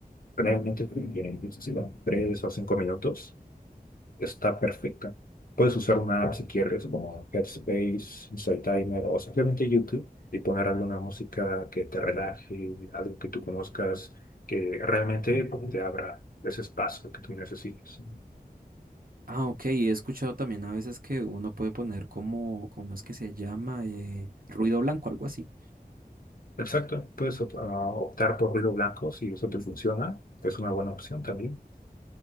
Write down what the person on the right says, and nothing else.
Ah, ok, he escuchado también a veces que uno puede poner como, ¿cómo es que se llama? Eh, ruido blanco, algo así.